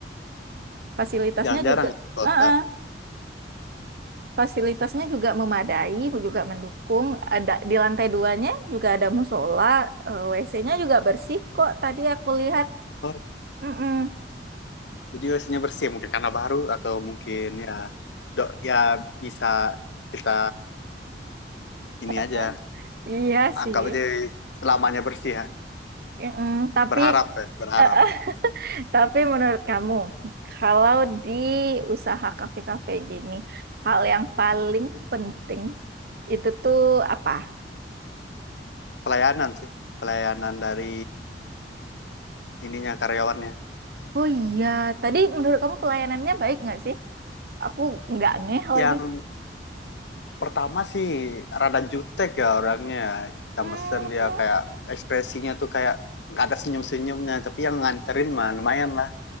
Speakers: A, on the right; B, on the left.
A: Fasilitasnya
B: jarang-jarang
A: juga,
B: ke kota
A: uh fasilitasnya juga memadai, juga mendukung. Ada di lantai duanya juga ada musola, eh, WC-nya juga bersih kok. Tadi aku lihat,
B: oh
A: Mm-mm.
B: jadi biasanya bersih mungkin karena baru atau mungkin ya dok ya bisa kita ini
A: Eh,
B: aja
A: Iya sih.
B: anggap aja selamanya bersih ya
A: Mm-mm. Tapi,
B: berharap ya berharap
A: eh, <laughs> eh, tapi menurut kamu, kalau di usaha kafe-kafe gini, hal yang paling penting itu tuh apa?
B: pelayanan sih pelayanan dari ininya karyawannya
A: Oh iya, tadi menurut kamu pelayanannya baik nggak sih? Aku nggak ngeh
B: yang
A: lagi.
B: pertama sih rada jutek ya orangnya kita
A: Hmm,
B: mesen dia kayak ekspresinya tuh kayak nggak ada senyum senyumnya tapi yang nganterin mah lumayan lah